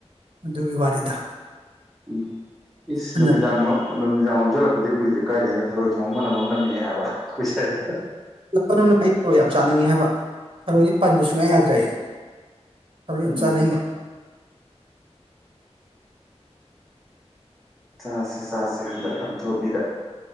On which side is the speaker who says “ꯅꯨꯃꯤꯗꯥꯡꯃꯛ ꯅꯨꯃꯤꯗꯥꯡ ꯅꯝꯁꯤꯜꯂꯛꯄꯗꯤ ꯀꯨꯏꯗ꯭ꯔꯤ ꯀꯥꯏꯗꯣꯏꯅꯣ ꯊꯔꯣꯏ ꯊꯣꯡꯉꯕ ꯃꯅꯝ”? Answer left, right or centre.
Centre